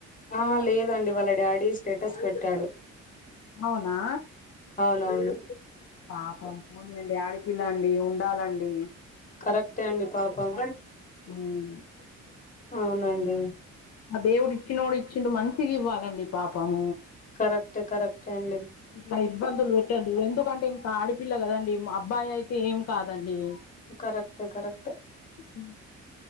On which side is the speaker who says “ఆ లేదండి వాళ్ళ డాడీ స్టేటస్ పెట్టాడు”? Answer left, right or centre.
Left